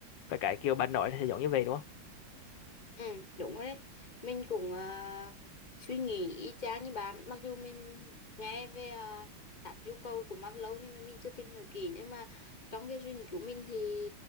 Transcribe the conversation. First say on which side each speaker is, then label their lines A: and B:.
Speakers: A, on the left; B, on the left.
A: phải cái kiểu bạn nói là sẽ giống như vậy đúng không
B: Ừ, đúng rồi đấy. Mình cũng ờ, suy nghĩ y chang như bạn. Mặc dù mình nghe về uh, tháp yêu cầu của Maslow nhưng mà mình chưa tìm hiểu kỹ. Nhưng mà trong cái suy nghĩ của mình thì